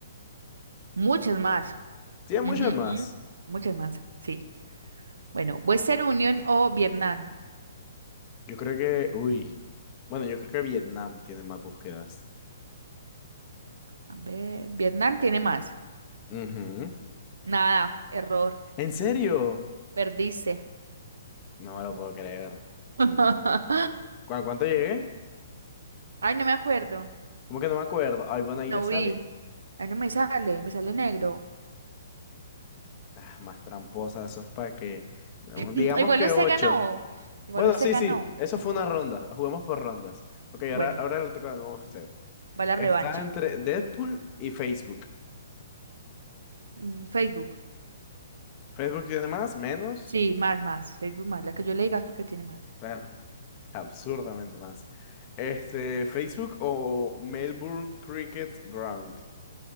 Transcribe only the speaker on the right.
Muchas más.
Ujú,
Muchas más, sí. Bueno, Western Union o Vietnam.
A ver, Vietnam tiene más.
Nada, error.
Perdiste.
<laughs>
Ay, no me acuerdo.
No
vi. Ay, no me sale, me sale negro.
<clears throat>
Igual
usted
ganó. Igual
usted
ganó.
Bueno,
va la
revancha.
Mm, Facebook.
Sí, más, más. Facebook más. La que yo le digas porque tiene más.